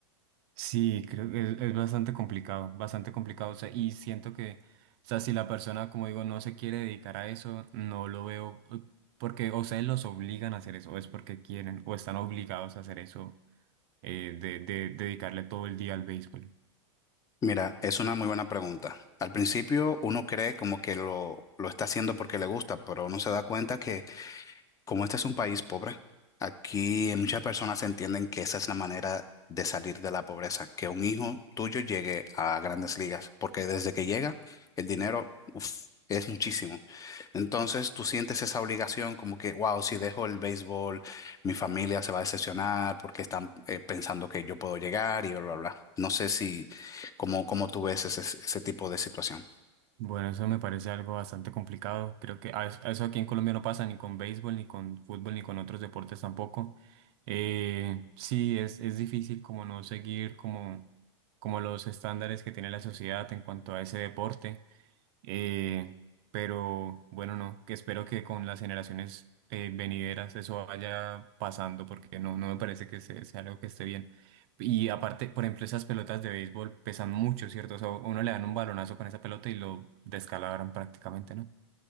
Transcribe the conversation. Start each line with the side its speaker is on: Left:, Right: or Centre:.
Right: Sí, creo que es, es bastante complicado, bastante complicado. O sea, y siento que, o sea, si la persona, como digo, no se quiere dedicar a eso, no lo veo eh, porque o sea, los obligan a hacer eso, o es porque quieren, o están obligados a hacer eso, eh, de, de dedicarle todo el día al béisbol.
Left: Mira, es una muy buena pregunta. Al principio uno cree como que lo, lo está haciendo porque le gusta, pero uno se da cuenta que como este es un país pobre, aquí muchas personas entienden que esa es la manera de salir de la pobreza, que un hijo tuyo llegue a grandes ligas, porque desde que llega, el dinero, uf, es muchísimo. Entonces tú sientes esa obligación como que, wow, si dejo el béisbol, mi familia se va a decepcionar porque están eh, pensando que yo puedo llegar y bla, bla, bla. No sé si, cómo, cómo tú ves ese, ese tipo de situación.
Right: Bueno, eso me parece algo bastante complicado. Creo que a a eso aquí en Colombia no pasa ni con béisbol, ni con fútbol, ni con otros deportes tampoco. Eh, sí, es, es difícil como no seguir como, como los estándares que tiene la sociedad en cuanto a ese deporte. Eh, pero bueno, no, que espero que con las generaciones eh, venideras eso vaya pasando porque no, no me parece que se- sea algo que esté bien. Y aparte, por ejemplo, esas pelotas de béisbol pesan mucho, ¿cierto? O sea, uno le dan un balonazo con esa pelota y lo descalabran prácticamente, ¿no?